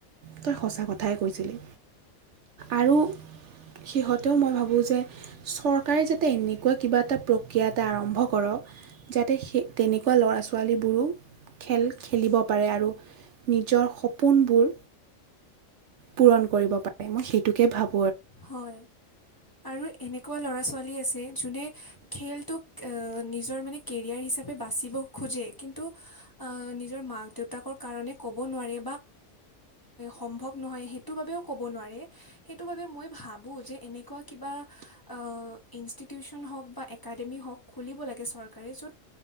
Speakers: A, on the right (about 65°); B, on the left (about 20°).
A: তই সঁচা কথাই কৈছিলি আৰু সিহঁতেও মই ভাবো যে চৰকাৰে যাতে এনেকুৱা কিবা এটা প্ৰক্ৰিয়া এটা আৰম্ভ কৰক যাতে সেই তেনেকুৱা লৰা ছোৱালীবোৰো খেল খেলিব পাৰে আৰু নিজৰ সপোনবোৰ পূৰণ কৰিব পাৰে মই সেইটোকে ভাবো
B: হয় আৰু এনেকুৱা ল'ৰা ছোৱালী আছে যোনে খেলটোক নিজৰ মানে কেৰিয়াৰ হিচাপে খে কিন্ত নিজৰ মাকতাকণ ক'ব নাৰে সম্ভৱ নহয় সেইটো বাবেও ক'ব নোৱাৰে সেইটো বাবে মই ভাৱো যে এনেকুৱা কিবা অহ ইনষ্টিটিচন বা একাডেমি হওক খুলিব লাগে চৰকাৰে যত